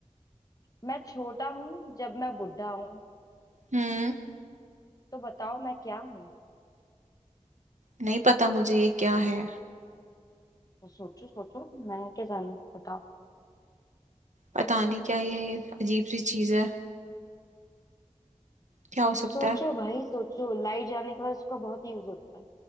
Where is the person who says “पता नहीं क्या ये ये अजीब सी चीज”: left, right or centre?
Right